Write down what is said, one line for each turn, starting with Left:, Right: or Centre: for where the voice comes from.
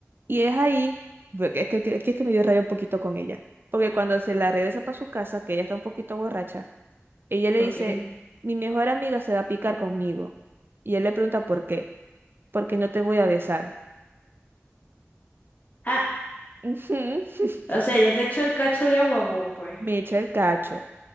Right: Y es ahí, porque es que, que- que es que me dio rabia un poquito con ella. Porque cuando se la regresa para su casa, que ella está un poquito borracha, ella le
Left: ok.
Right: dice, mi mejor amiga se va a picar conmigo. Y él le pregunta por qué, porque no te voy a besar.
Left: Ah,
Right: Ujú. <laughs>
Left: o sea, ya te echó el cacho de agua vos, pues.
Right: Me echa el cacho.